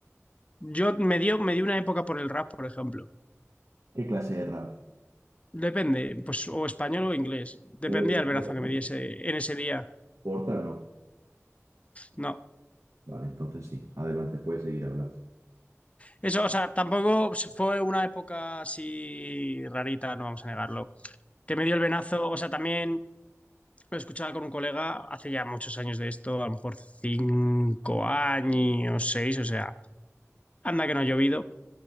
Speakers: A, on the left (about 25°); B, on the right (about 70°).
A: yo me dio, me dio una época por el rap, por ejemplo.
B: ¿qué clase de rap?
A: Depende, pues o español o inglés.
B: No
A: Dependía
B: eres de
A: el
B: Porta,
A: verazo que
B: ¿no?
A: me diese en ese día.
B: Porta no.
A: No.
B: Vale, entonces sí, adelante, puedes seguir hablando.
A: Eso, o sea, tampoco fue una época así rarita, no vamos a negarlo. Que me dio el venazo, o sea, también lo escuchaba con un colega hace ya muchos años de esto, a lo mejor cinco años, seis, o sea, Anda que no ha llovido.